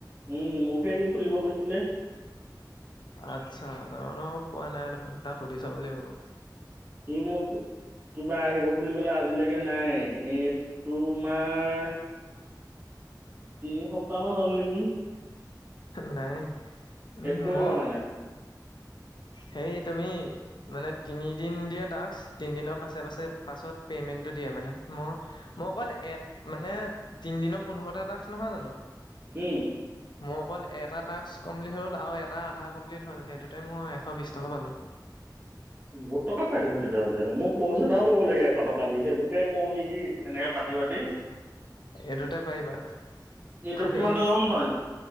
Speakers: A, on the right; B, on the left.
A: উম মোকে সি খুলিব কৈছিলে।
B: আচ্ছা ন ন পোৱা নাই দেখোন তাক সুধি চাব লাগিব মই
A: এই ম কিবা আহিব বুলি ক'লে আজিলৈকে নাই এই তোমাৰ তিনি সপ্তাহ মান হ'ল নেকি
B: নাই ন উ
A: একোৱে
B: ম
A: অহা নাই
B: সেই তুমি মানে তিনিদিন দিয়া তক তিনিদিনৰ পাছে পাছে পাছত পেমেন্ট দিয়ে মানে ম মই অকল এ মানে তিন দিনৰ পোন্ধৰটা ড্ৰাগছ নহয় জানো
A: হম
B: মোৰ অকল এটা টাস্ কমপ্লিট হল আৰু এটা আধা কমপ্লিট হল সেইটোতে মই শ বিছ টকা পালোঁ
A: বহু টকা পাই দেখোন তেতিয়াহ'লে মোক কৈছো ত অল লগ ক লাগে এশ টকা দি সেইটোকে কওঁ নেকি এনেকে পানী পতি
B: এইটোতে পাৰিবা
A: এইটোত
B: খালি
A: কিমানটা গম পান